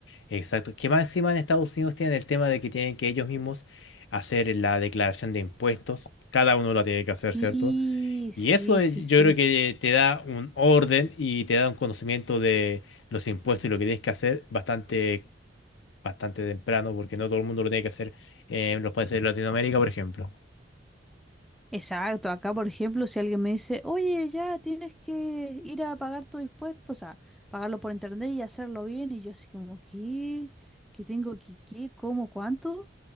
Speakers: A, on the left (about 75°); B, in the centre.
A: Exacto. Que más encima en Estados Unidos tienen el tema de que tienen que ellos mismos hacer la declaración de impuestos. Cada uno la tiene que hacer,
B: Sí,
A: ¿cierto? Y
B: sí,
A: eso es-
B: sí, sí.
A: yo creo que te da un orden y te da un conocimiento de los impuestos y lo que tienes que hacer bastante, bastante temprano, porque no todo el mundo lo tiene que hacer en los países de Latinoamérica, por ejemplo.
B: Exacto, acá por ejemplo, si alguien me dice, oye, ya tienes que ir a pagar tu impuesto, o sea, pagarlo por internet y hacerlo bien, y yo así como, ¿qué? ¿Qué tengo que, qué, cómo, cuánto?